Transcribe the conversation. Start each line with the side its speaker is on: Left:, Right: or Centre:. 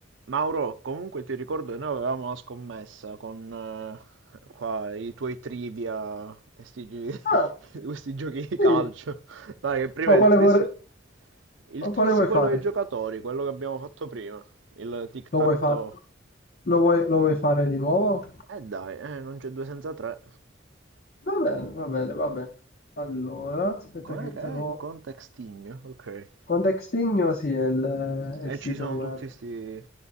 Right: Mauro, comunque ti ricordo che noi avevamo una scommessa con eh, qua, i tuoi trivia, e sti gi-
Left: Ah,
Right: <laughs> questi giochi
Left: sì,
Right: di calcio. Dai, che prima
Left: ma
Right: il
Left: quale,
Right: tris,
Left: vorre-
Right: il
Left: ma
Right: tris
Left: quale vuoi
Right: quello
Left: fare?
Right: dei giocatori, quello che abbiamo fatto prima, il tic-tac-toe.
Left: Lo vuoi fare? Lo vuoi, lo vuoi fare di nuovo?
Right: Eh dai, eh, non c'è due senza tre.
Left: Va bene, va bene, va bene. Allora, aspetta
Right: Com'è
Left: che
Right: che
Left: te lo...
Right: è? Contextigno, ok.
Left: Contextinio, sì, è il, è
Right: E
Left: il sito
Right: ci sono
Left: web.
Right: tutti sti...